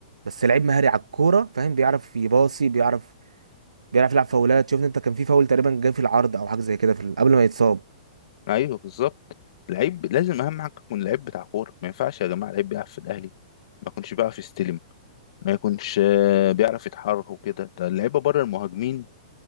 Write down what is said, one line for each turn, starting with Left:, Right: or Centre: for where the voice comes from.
Right: بس لعيب مهاري على الكوره فاهم بيعرف يباصي بيعرف بيعرف يلعب فاولات شفت انت كان في فاول تقريبا جاي في العرض او حاجه زي كده في ال- قبل ما يتصاب
Left: ايوه بالظبط لعيب لازم اهم حاجه يكون لعيب بتاع كوره ما ينفعش يا جماعه لعيب بيلعب في الاهلي ما يكونش بيعرف يستلم ما يكونش آه، بيعرف يتحرك وكده ده اللعيبه بره المهاجمين